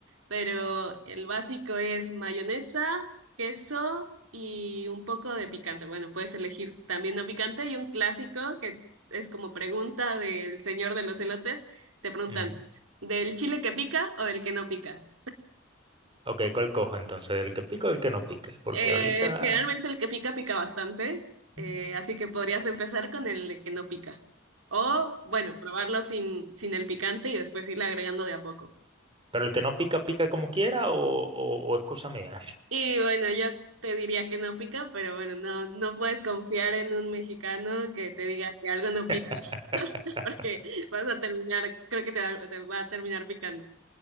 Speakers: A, on the right; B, on the right.
A: pero el básico es mayonesa, queso y un poco de picante. Bueno, puedes elegir también no picante y un clásico que es como pregunta del señor de los elotes, te preguntan,
B: Ujú.
A: ¿del chile que pica o del que no pica?
B: Ok, ¿cuál cojo entonces? ¿El que pica o el que no pica? Porque
A: Eh,
B: ahorita...
A: generalmente el que pica pica bastante, eh,
B: mm,
A: así que podrías empezar con el que no pica. O, bueno, probarlo sin, sin el picante y después irle agregando de a poco.
B: ¿Pero el que no pica, pica como quiera o, o o es cosa mía?
A: Y bueno, yo te diría que no pica, pero bueno, no, no puedes confiar en un mexicano que te diga que algo no
B: <laughs>
A: pica, <laughs> porque vas a terminar, creo que te va, te va a terminar picando.